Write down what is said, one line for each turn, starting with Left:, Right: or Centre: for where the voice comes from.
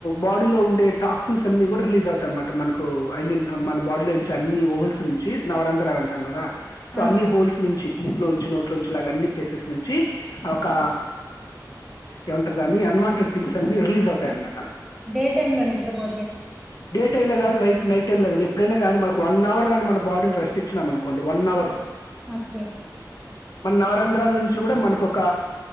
Left: బాడీలో ఉండే టాక్సిన్స్ అన్ని కూడా రిలీజ్ అవుతాయన్నమాట మనకు ఐ మీన్ మన బాడీలో నుంచి అన్ని హోల్స్ నుంచి నవరంద్రాలు అంటాం కదా సో
Centre: ఆ!
Left: అన్ని హోల్స్ నుంచి ముక్లో ఉంచి నోట్లోంచిలాగా అన్ని ప్లేసెస్ నుంచి ఒక ఏమంటుారు దాన్ని అన్వాంటెడ్ థింగ్స్ అన్నిీ రిలీజ్ అవుతాయన్నమాట
Centre: డే టైమ్ లో నిద్రపో
Left: డే టైమ్ కాదు రైట్ నైట్ టైమ్లా కాదు ఎప్పుడైనా కానీ మనకు వన్ అవర్ గానీ మన బాడీకి రెస్ట్ ఇచ్చినాం అనుకోండి వన్ అవర్
Centre: ఓకే
Left: మన నవరంధ్రాల నుంచి కూడా మనకు ఒక